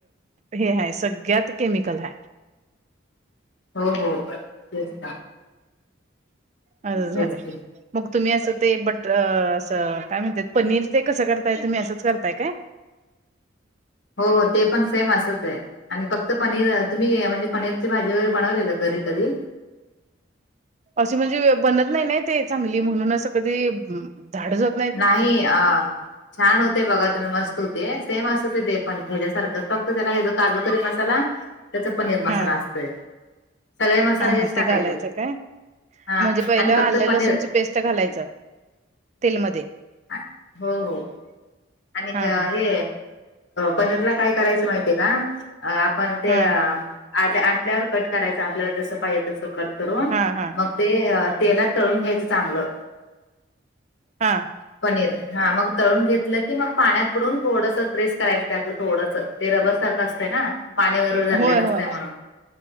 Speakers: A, on the right; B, on the left.
A: हे ह सगळ्यात केमिकल ह
B: हो हो तेच
A: झालंय
B: तेच की
A: मग तुम्ही असं ते बटर असं काय म्हणतात पनीर ते कसं करताय तुम्ही असंच करताय काय
B: हो हो ते पण सेम असंच आहे आणि फक्त पनीर तुम्ही म्हणजे पनीरची भाजी वगैरे बनवलेलं घरी कधी
A: अशी म्हणजे बनत नाही नाही ते चांगली म्हणून असं कधी झाड जात
B: नाही अ छान होत ते बघा तुम्ही मस्त होते सेम अस दे पण ह्यासारखं फक्त त्याला ह ज काजूकरी मसाला त्याचा पनीर मसाला
A: हा
B: असतोय सगळे मसाले
A: हा
B: हेच
A: हा
B: टाकायचे
A: ते घालायचं काय
B: हा
A: म्हणजे पहिलं
B: आणि फक्त
A: आल्या
B: पनीर
A: लसूणची पेस्ट घालायचं तेलमध्ये
B: अ हो हो आणि
A: हा
B: हे
A: हा
B: पनीरला काय करायचं माहितीय का अ आपण ते
A: हा
B: आ आणल्यावर कट करायचं आपल्याला जसं पाहिजे तसं कट करून
A: हा हा
B: मग ते तेलात तळून घ्यायचं चांगलं
A: हा
B: पनीर हा मग तळून घेत म्हटलं की मग पाण्यात बुडून थोडस प्रेस करायच त्यात थोडंस ते रबर सारखं असतं ना पाणी वरवर धरलेलं
A: होय होय
B: असतंय म्हणून